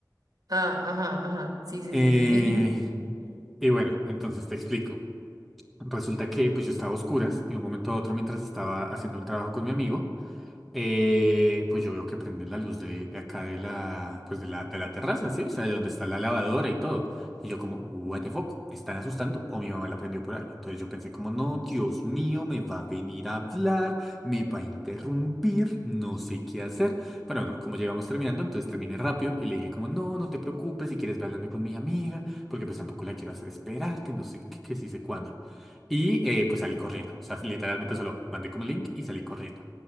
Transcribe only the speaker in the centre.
Eh,
y bueno, entonces te explico. Resulta que pues yo estaba a oscuras y de un momento a otro mientras estaba haciendo un trabajo con mi amigo, Eh, pues yo veo que prenden la luz de, de acá de la, pues de la, de la terraza, ¿sí? O sea, de donde está la lavadora y todo. Y yo como, what the fuck, ¿están asustando o mi mamá la prendió por algo? Entonces yo pensé como, no, Dios mío, me va a venir a hablar, me va a interrumpir, no sé qué hacer. Pero bueno, como llegamos terminando, entonces terminé rápido y le dije como, no, no te preocupes, si quieres ve hablando con mi amiga, porque pues tampoco la quiero hacer esperar, que no sé qué, que sí sé cuándo. Y eh, pues salí corriendo, o sea, literalmente solo mandé como el link y salí corriendo.